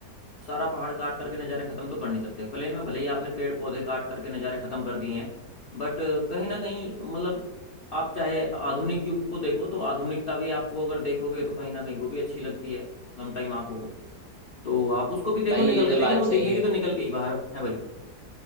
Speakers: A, on the left; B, on the right.
A: सारा पहाड़ काट करके नज़ारे खत्म तो कर नहीं सकते प्लेन में भले ही आपने पेड़ पौधे काट करके नज़ारे खत्म कर दिए हैं बट कहीं ना कहीं मतलब आप चाहे आधुनिक युग को देखो तो आधुनिकता भी आपको अगर देखोगे तो कहीं ना कहीं वो भी अच्छी लगती है समटाइम आंखों को तो आप उसको भी देखो
B: भाई
A: निकल
B: ये तो
A: के लेकिन
B: बात
A: वो
B: सही
A: दिखेगी
B: है
A: तो निकल के ही बाहर है भाई